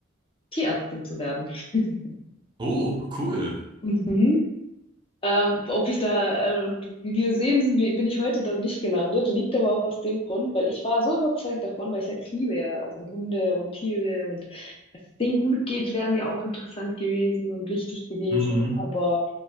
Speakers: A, on the left (about 30°); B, on the right (about 25°).
A: Tierärztin zu werden. <laughs>
B: Oh, cool.
A: Mhm. Ähm, ob ich da, äh, wie wir sehen, sind wir, bin ich heute dort nicht gelandet. Liegt aber auch aus dem Grund, weil ich war so überzeugt davon, weil ich, ich liebe ja also Hunde und Tiere und dass es denen gut geht, wäre mir auch interessant gewesen und wichtig gewesen.
B: Mhm.
A: Aber